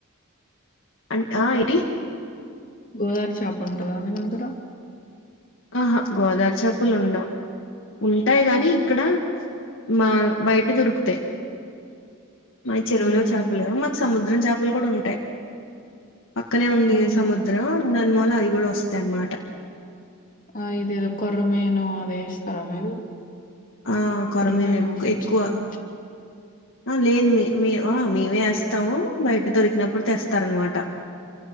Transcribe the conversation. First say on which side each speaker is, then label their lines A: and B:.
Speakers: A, on the left; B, on the left.
A: అం ఆ ఇటీ
B: గోదారి చేప ఉంటందా మీదగ్గర
A: ఆహా గోదారి చేపలు ఉండవు ఉంటాయి గానీ ఇక్కడ మా బయట దొరుకుతాయి మాయి చెరువులో
B: ఉహు
A: చేపలు మాకు సముద్రం చేపలు గూడ ఉంటాయి పక్కనే ఉంది
B: ఉహు
A: సముద్రం దాని మూల అవి గూడ వస్తాయి అన్నమాట
B: ఆ ఇదేదో కొర్ర మేను అది ఏస్తారా మీరు
A: ఆ కొర్ర
B: కొర్రమీను
A: మేను ఎక్
B: పెంచుతారా
A: ఎక్కువ ఆ లేదు మీ మీ ఆహా మేమే ఏస్తాము బయట దొరికినప్పుడు తెస్తారన్న మాట